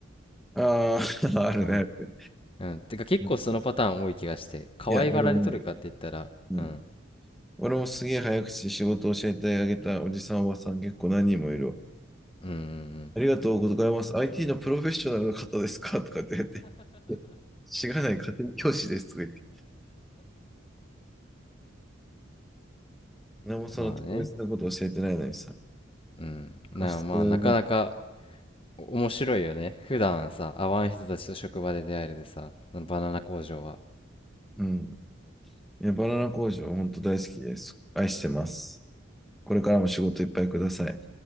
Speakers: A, in the centre; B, on the left.
A: ああ、<laughs> あるね、
B: あ、
A: あるね。
B: うん。てか結構そのパターン多い気がして、
A: うん
B: 可愛がられとるかって言ったら、
A: いや、俺も、うん、
B: うん、
A: 俺もすげえ早口で仕事を教えてあげたおじさん、おばさん結構何人もいるわ。
B: うん、うん、
A: ありがとうございます。IT のプロフェッショナルの方ですかとかって言って、知らない家庭教師ですとか言って、何もその特別なこと教えてないのにさ、
B: うん。まあね。うん。なまあ、
A: 普通の、
B: なかなか面白いよね。普段さ、会わん人たちと職場で出会えるでさ、あのバナナ工場は。
A: うん。いや、バナナ工場、本当大好きです。愛してます。これからも仕事いっぱいください。